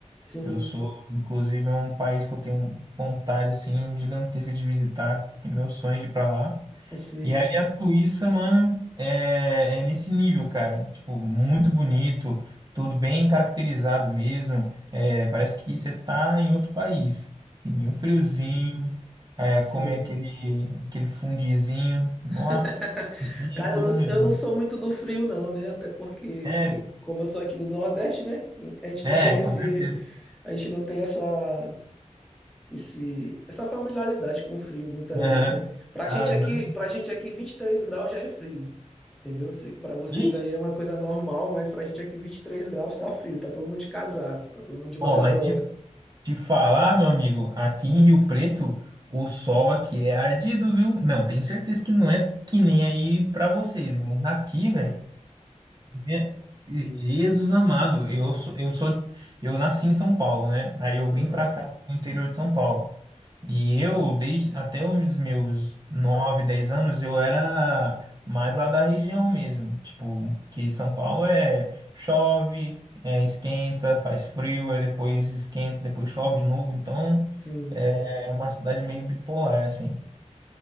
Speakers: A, in the centre; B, on the right.
A: sim,
B: Eu sou, inclusive, é um país que eu tenho vontade assim gigantesca de visitar, que é meu sonho de ir para lá.
A: a Suíça.
B: E aí a Suíça, mano, é, é nesse nível, cara. Tipo, muito bonito, tudo bem caracterizado mesmo. É, parece que você tá em outro país. Em um friozinho,
A: S-
B: é,
A: Sim.
B: comer aquele, aquele fundizinho. Nossa,
A: <laughs>
B: que
A: Cara,
B: coisa
A: eu não,
B: melhor.
A: eu não sou muito do frio, não, né? Até porque,
B: Sério?
A: como eu sou aqui do Nordeste, né? A gente
B: É,
A: não tem esse,
B: com certeza.
A: a gente não tem essa, esse, essa familiaridade com o frio, muitas
B: Aham.
A: vezes, né? Pra
B: Ai,
A: gente aqui,
B: mano.
A: pra gente aqui, 23 graus já é frio, entendeu? Eu sei que pra vocês
B: Ixi.
A: aí é uma coisa normal, mas pra gente aqui, 23 graus tá frio, tá todo mundo de casaco, tá todo mundo de manga
B: Ó, mas
A: longa.
B: De falar, meu amigo, aqui em Rio Preto, o sol aqui é ardido, viu? Não, tenho certeza que não é que nem aí pra vocês, mas aqui, velho. Je- Jesus amado, eu sou, eu sou, eu nasci em São Paulo, né? Aí eu
A: Uhum,
B: vim pra cá, pro interior de São Paulo. E eu, desde até os meus 9 10 anos, eu era mais lá da região mesmo. Tipo, que São Paulo é chove, é, esquenta, faz frio, aí depois esquenta, depois chove de novo. Então,
A: sim.
B: é uma cidade meio bipolar, assim.